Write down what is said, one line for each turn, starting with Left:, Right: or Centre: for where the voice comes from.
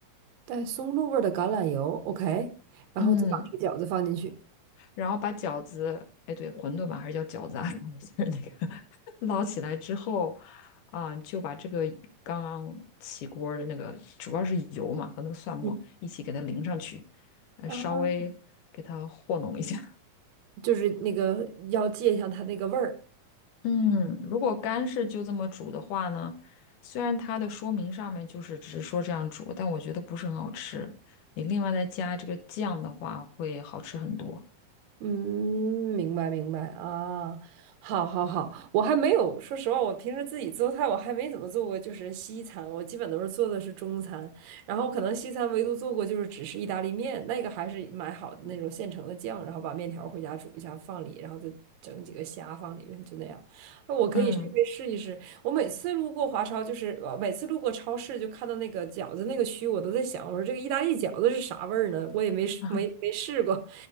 Right: 带松露味儿的橄榄油，OK，然后再把那个饺子放进去。
Left: 嗯，然后把饺子，哎，对，馄饨吧，还是叫饺子啊，<laughs> 就是那个捞起来之后，啊、就把这个刚刚起锅的那个，主要是油嘛和那个蒜末一起给它淋上去，
Right: 嗯
Left: 呃，
Right: 啊，
Left: 稍微给它和弄一下。<laughs>
Right: 就是那个要借一下它那个味儿。
Left: 嗯，如果干是就这么煮的话呢，虽然它的说明上面就是只是说这样煮，但我觉得不是很好吃。你另外再加这个酱的话，会好吃很多。
Right: 嗯，明白明白啊，好好好，我还没有，说实话，我平时自己做菜，我还没怎么做过，就是西餐，我基本都是做的是中餐，然后可能西餐唯独做过就是只是意大利面，那个还是买好的那种现成的酱，然后把面条回家煮一下放里，然后就整几个虾放里面，就那样。那我可以去去试一试。
Left: 嗯，
Right: 我每次路过华超，就是呃每次路过超市，就看到那个饺子那个区，我都在想，我说这个意大利饺子是啥味儿呢？我也没试没没试过。
Left: <laughs> 啊，